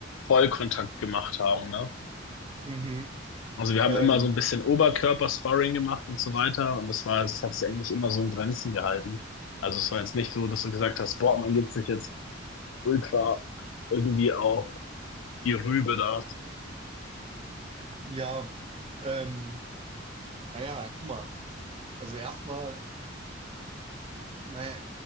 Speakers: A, on the left; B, on the right.
A: Vollkontakt gemacht haben, ne?
B: Mhm.
A: Also wir
B: Ähm,
A: haben immer so ein bisschen Oberkörper-Sparring gemacht und so weiter und das war, das hat sich eigentlich immer so in Grenzen gehalten. Also es war jetzt nicht so, dass du gesagt hast, boah, man gibt sich jetzt ultra irgendwie auf die Rübe da.
B: ja. Ähm, naja, guck mal. Also erstmal, naja,